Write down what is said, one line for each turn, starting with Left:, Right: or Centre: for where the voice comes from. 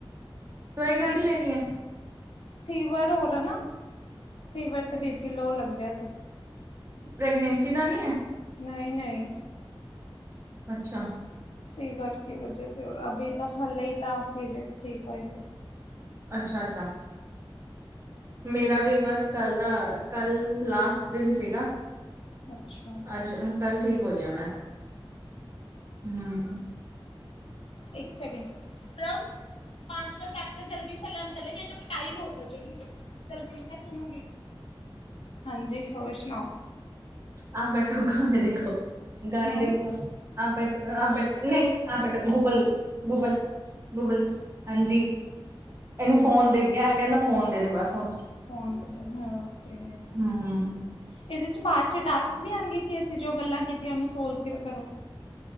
Right: ਦਵਾਈ ਕਾਹਦੀ
Left: ਬੀ
Right: ਲੈ
Left: ਪੀ,
Right: ਰਹੀ ਐ
Left: ਫੀਵਰ ਹੋਰ ਹੈ ਨਾ ਫੀਵਰ ਤੇ ਬੀਪੀ ਲੋ ਲੱਗ ਰਿਹਾ ਸੀ
Right: ਪ੍ਰੈਗਨੈਂਸੀ ਤਾਂ ਨੀ ਹੈ,
Left: ਨਹੀਂ -ਨਹੀਂ
Right: ਅੱਛਾ,
Left: ਫੀਵਰ ਕੀ ਵਜੇ ਸੇ ਔਰ ਅਭੀ ਤਾਂ ਹਾਲ ਹੀ ਤਾਂ ਪੀਰੀਡਸ ਠੀਕ ਹੋਏ ਸੀ
Right: ਅੱਛਾ -ਅੱਛਾ ਮੇਰਾ ਵੀ ਬਸ ਕੱਲ ਦਾ ਕੱਲ ਲਾਸਟ ਦਿਨ ਸੀਗਾ
Left: ਅੱਛਾ
Right: ਅੱਜ ਕੱਲ ਠੀਕ ਹੋਈ ਮੈਂ ਹੁੰ
Left: ਇੱਕ ਸਕਿੰਡ ਪਰਬ ਪਾਚਵ ਚੈਪਟਰ ਜਲਦੀ ਸੇ ਲੈਂਰਨ ਕਰ ਲੇ ਨਹੀਂ ਤੋਂ ਪਿਟਾਈ ਹੋਗੀ ਜਲਦੀ ਮੈਂ ਸੁਣੂਗੀ ਹਾਂਜੀ ਹੋਰ ਸੁਣਾਓ
Right: ਆਹ ਬੈਠੋ ਗਾਣੇ ਦੇਖੋ ਗਾਣੇ
Left: ਹਾਂ
Right: ਦੇਖੋ ਆਪ ਬ ਆਪ ਬ ਨਹੀਂ ਆਪਟ ਗੂਬਲ ਗੂਬਲ ਬੁਬਲ ਹਾਂਜੀ। ਇਹਨੂੰ
Left: ਹਾਂਜੀ
Right: ਫੋਨ ਦੇ ਗਿਆ ਕਹਿੰਦਾ ਫੋਨ ਦੇ ਦੇ ਬਸ ਹੁਣ
Left: ਫੋਨ ਦੇ ਦੋ ਹਾਂ ਓਕੇ
Right: ਹਮ ਹ।
Left: ਇਹਦੇ 'ਚ ਬਾਅਦ 'ਚ ਟਾਸਕ ਵੀ ਆਉਣਗੇ ਕਿ ਅਸੀਂ ਜੋ ਗੱਲਾਂ ਕੀਤੀਆਂ ਉਹਨੂੰ ਸੋਲਵ ਕਰੋ?